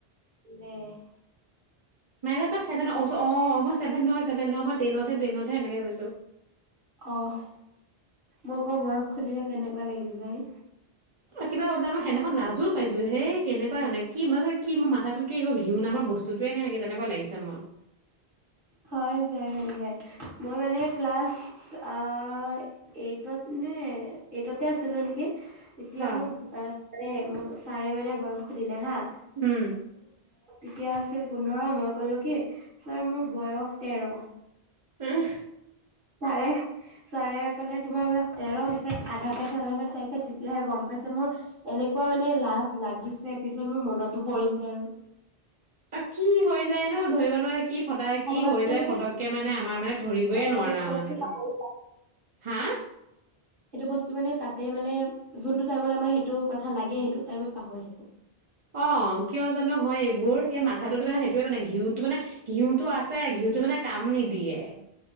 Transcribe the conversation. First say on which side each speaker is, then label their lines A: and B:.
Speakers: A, on the right; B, on the right.
A: <unintelligible>
B: মাই গড তই ছেভেনত! মই ক‌ইছোঁ, অঁ! মই ছেভেন নহয়, ছেভেন নহয়, মই টেনতহে, টেনতহে, এনেকৈ কৈছোঁ।
A: অ' মোৰ‌ অক বয়স সুধিলে তেনেকুৱা লাগি যায়।
B: কিবা ওল্টাই মই সেদিনাখন, <unintelligible> লাজোঁ পাইছো হেই, কেনেকুৱা মানে, কি মই, কি মোৰ মাথাটোত কিশ ঘিউ নামাৰ বস্তুতোৱে নাই নেকি তেনেকুৱা লাগিছে মোৰ।
A: হৈ যায়, হৈ যায়, মই মানে ক্লাছ অ' এইটত নে, এইটতে আছিলোঁ নেকি! তেতিয়া
B: হা।
A: মোক, <unintelligible> চাৰে মানে বয়স সুধিলে হাঁ।
B: উম!
A: এতিয়া আছিল পোন্ধৰ, মই কলো কি ছাৰ মোৰ বয়স তেৰ।
B: উম!
A: ছাৰে, ছাৰে ক'লে, তোমাৰ বয়স তেৰ‌ হৈছে? পিছত আধাৰ কাৰ্ড চধাৰ কাৰ্ড চাইছে, তেতিয়াহে গম পাইছে, মোৰ এনেকুৱা মানে লাজ লাগিছে, পিছত মোৰ মনতো পৰিছে আৰু।
B: আ কি হৈ যায় ন ধৰিব নোৱাৰি, কি ফটা,
A: সময়ত
B: কি হৈ যায়
A: মানে
B: ফটককে মানে, আমাৰ মানে, ধৰিবইে
A: অ
B: নোৱাৰা
A: সেইটো
B: আৰু
A: বস্তু
B: মানে এইটো।
A: পাহৰি
B: হা?
A: সেইটো বস্তু মানে তাতে মানে যোনটো টাইমত আমাৰ সেইটো কথা লাগে সেইটো টাইমত পাহৰি থাকো।
B: অহ, কিয় জানো হয় মোৰ এই মাথাটো মানে সেইটোৱে মানে ঘিউটো মানে ঘিউটো আছে, ঘিউটো মানে কাম নিদিয়ে।